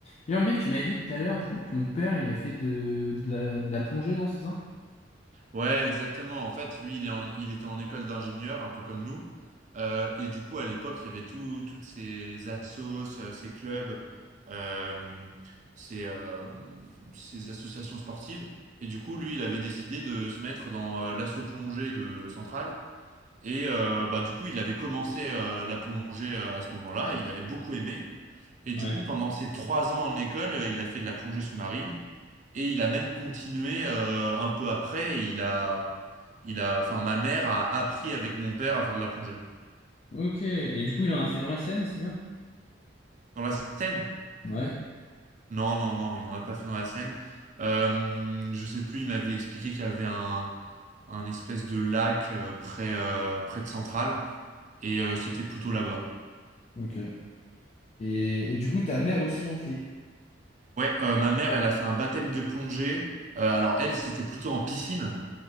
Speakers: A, on the left; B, on the right.
A: D'ailleurs, mec, tu m'avais dit tout à l'heure, du coup, que ton père, il avait fait de, de la, de la plongée, non, c'est ça?
B: Ouais, exactement. En fait, lui, il est en- il était en école d'ingénieur, un peu comme nous. Euh, et du coup, à l'époque, il y avait tout, toutes ces assos, euh, ces clubs, euh, ces, euh, ces associations sportives. Et du coup, lui, il avait décidé de se mettre dans euh, l'asso plongée de Centrale. Et euh, bah, du coup, il avait commencé euh, la plongée euh, à ce moment-là. Il avait beaucoup aimé. Et du
A: Ouais.
B: coup, pendant ses trois ans en école, euh, il a fait de la plongée sous-marine. Et il a même continué euh, un peu après. Il a il a, enfin, ma mère a appris avec mon père à faire de la plongée.
A: Ok. Et du coup, il en a fait dans la Seine, c'est ça?
B: Dans la Seine?
A: Ouais,
B: Non, non, non, il n'en a pas fait dans la Seine. Euh, je sais plus, il m'avait expliqué qu'il y avait un, un espèce de lac euh, près, euh, près de Centrale, et euh, c'était plutôt là-bas.
A: ok. Et, et du coup, ta mère aussi en fait.
B: Ouais, euh, ma mère, elle a fait un baptême de plongée. Euh, alors elle, c'était plutôt en piscine.